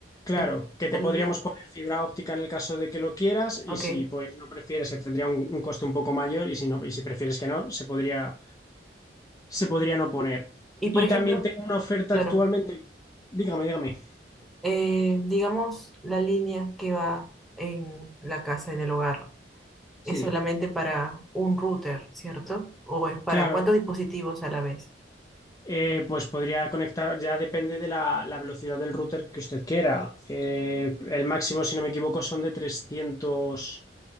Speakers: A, on the left; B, in the centre.
A: Claro,
B: Y
A: que
B: la
A: te
B: línea,
A: podríamos poner fibra óptica en el caso de que lo quieras
B: ok.
A: y si pues no prefieres que tendría un, un coste un poco mayor y si no y si prefieres que no, se podría se podría no poner.
B: Y por
A: Y
B: ejemplo,
A: también tengo una oferta
B: claro,
A: actualmente. Dígame, dígame.
B: eh, digamos la línea que va en la casa, en el hogar.
A: Sí,
B: es solamente para un router, ¿cierto? ¿O es para
A: claro.
B: cuántos dispositivos a la vez?
A: Eh, pues podría conectar, ya depende de la, la velocidad del router que usted quiera. Eh, el máximo, si no me equivoco, son de trescientos